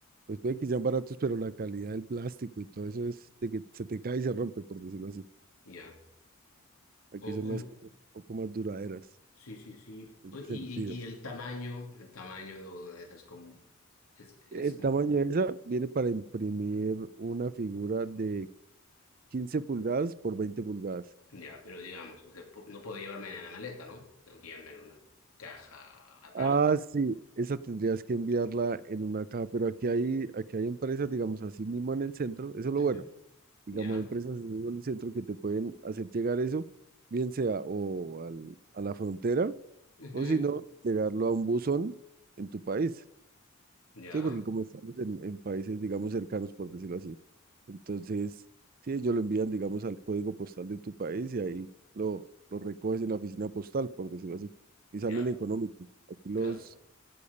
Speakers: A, on the right (about 40°); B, on the left (about 80°).
A: Pues puede que sean baratos, pero la calidad del plástico y todo eso es de que se te cae y se rompe, por decirlo así.
B: Ya.
A: Aquí
B: Oh,
A: son
B: oh,
A: las cosas un poco más duraderas.
B: Sí, sí, sí.
A: en
B: Oh,
A: ese
B: y,
A: sentido.
B: y, y el tamaño, el tamaño de una de esas como es, es
A: El
B: un-
A: tamaño de esa viene para imprimir una figura de 15 pulgadas por 20 pulgadas.
B: ya, pero digamos, o sea, po- no puedo llevarme en la maleta, ¿no? Tengo que llevarme en una caja aparte.
A: Ah, sí, esa tendrías que enviarla en una caja, pero aquí hay, aquí hay empresas, digamos, así mismo en el centro, eso es lo
B: Ujú.
A: bueno, digamos,
B: Ya,
A: hay empresas así mismo en el centro que te pueden hacer llegar eso, bien sea o al- a la frontera,
B: ujú,
A: o si no, llegarlo a un buzón en tu país.
B: Ya,
A: Sí, porque como estamos en, en países, digamos, cercanos, por decirlo así. Entonces, sí, ellos lo envían, digamos, al código postal de tu país y ahí lo, lo recoges en la oficina postal, por decirlo así. Y
B: ya,
A: salen económicos. Aquí los,
B: claro.